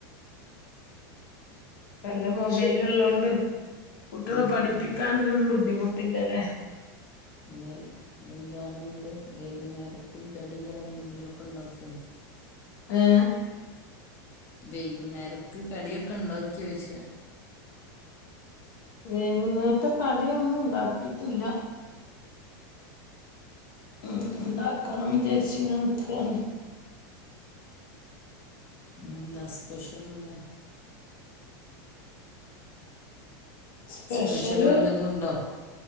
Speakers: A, on the left; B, on the left.
A: പെല്ലാ മൊബൈലുള്ളോണ്ട് കുട്ടികളെ
B: ഉം,
A: പഠിപ്പിക്കാൻ
B: ഉം.
A: ഇതൊന്നും ബുദ്ധിമുട്ടില്ലല്ലേ
B: <inaudible> <inaudible> <inaudible>
A: ഏ
B: വെയ്കുന്നേരക്ക് കടിയൊക്കെ ഉണ്ടോക്കിയോചെയ
A: വേകുന്നേര്ത്തെ കടിയൊന്നുംണ്ടാക്കിട്ടില്ല ഉം ഉണ്ടാക്കണംചാരിച്ചിങ്ങനെ നിക്കാണ്
B: എന്താ സ്പെഷ്യൽ ഉള്ളെ
A: സ്പെഷ്യല്
B: സ്പെഷ്യൽ വല്ലതും ഉണ്ടോ